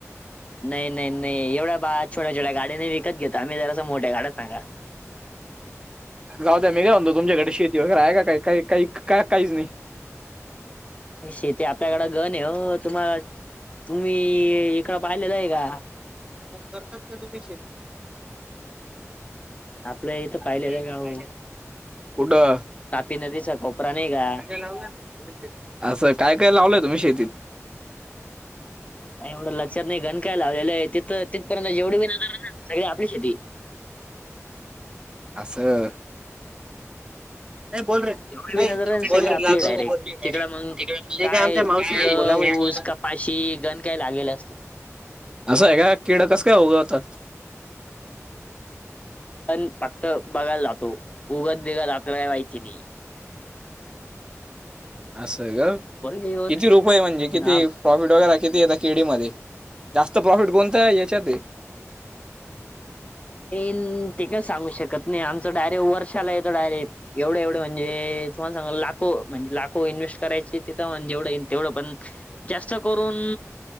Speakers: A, on the left; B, on the right.
A: नाही नाही नाही एवढ्या बा छोट्या छोट्या गाड्या नाही विकत घेता आम्ही जरासं मोठ्या गाड्या सांगा.
B: जाऊ द्या मी काय म्हणतो तुमच्याकडे शेती वगैरे आहे का काही काही काही का काहीच नाही?
A: शेती आपल्याकड गन आहे हो तुम्हाला तुम्ही इकडं पाहिलेलं नाही का
B: पण करतात का तुम्ही शेती?
A: आपलं इथं
B: आपल्या
A: पाहिलेलं आहे का हो
B: <unintelligible> कुठं?
A: तापी नदीचा कोपरा नाही का?
B: लावूया असं काय काय लावलंय तुम्ही शेतीत?
A: नाही एवढं लक्षात नाही गन काय लावलेलं आहे तिथं तिथपर्यंत जेवढ बी नजर ना सगळी आपली शेती.
B: असं नाही बोल रे,
A: जेवढे
B: नाही
A: बी नजर सगळे
B: बोल
A: आपले
B: रे लाजू
A: डायरेक्ट
B: नको ठीक
A: तिकडं मग काय
B: आहे आमच्या
A: केळ
B: मावशी बोला म्हटलं.
A: ऊस कपाशी गण काय लागलेले असतात.
B: असं आहे का किड कस काय उगवतात?
A: पण फक्त बघायला जातो उगत बिगत आपल्याला काय माहिती नाही.
B: असं ग
A: पहिली गोष्ट
B: किती रुपये म्हणजे
A: हम्म
B: किती प्रॉफिट वगैरे किती यता खेडी मध्ये जास्त प्रॉफिट कोणतं याच्यात हे?
A: एन ते काय सांगू शकत नाही आमचं डायरेक्ट वर्षाला येतो डायरेक्ट एवढं एवढं म्हणजे तुम्हाला सांग लाखो म्हणजे लाखो इन्व्हेस्ट करायची तिथं म्ह जेवढं येईन तेवढं पण जास्त करून